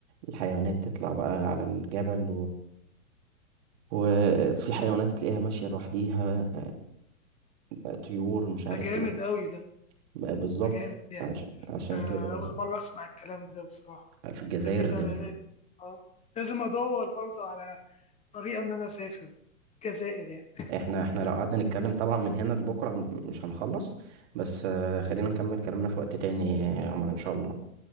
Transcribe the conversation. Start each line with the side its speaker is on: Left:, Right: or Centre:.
Right: الحيوانات تطلع بقى على الجبل وفي حيوانات تلاقيها ماشية لوحديها آه، طيور مش
Left: ده
Right: عارف
Left: جامد
Right: ايه
Left: قوي ده
Right: بقى بالظبط
Left: ده جامد يعني
Right: عشان عشان
Left: آه،
Right: كده
Left: اول مرة اسمع الكلام ده بصراحة
Right: في الجزائر
Left: ده كده
Right: جميل
Left: انا لازم اه لازم ادور برضه على طريقة ان انا اسافر الجزائر يعني
Right: احنا احنا لو قعدنا نتكلم طبعا من هنا لبكرة م- مش هنخلص بس آه، خلينا نكمل كلامنا في وقت تاني يا عمر ان شاء الله